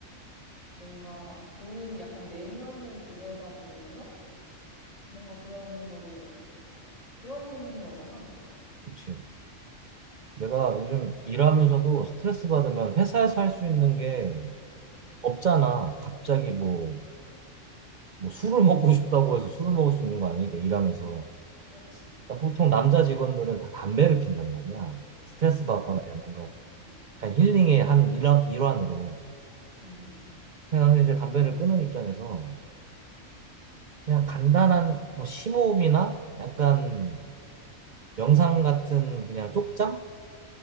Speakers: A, on the left; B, on the right.
A: 뭔가 본인 약간 내면을 들여다보면서 뭔가 그런 거를 그런 거잖아.
B: 그치? 내가 요즘 일하면서도 스트레스 받으면 회사에서 할 수 있는 게
A: 음.
B: 없잖아. 갑자기 뭐, 뭐 술을 <laughs> 먹고 싶다고 해서 술을 먹을 수 있는 거 아니니까 일하면서.
A: 그렇지.
B: 그러니까 보통 남자 직원들은 다 담배를 핀단 말이야. 스트레스 받거나
A: 아, 어.
B: 뭔가
A: 응,
B: 약간 힐링의 한 일화, 일환으로.
A: 응, 응.
B: 근데 나는 이제 담배를 끊은 입장에서 그냥 간단한 뭐 심호흡이나 약간 명상 같은 그냥 쪽잠?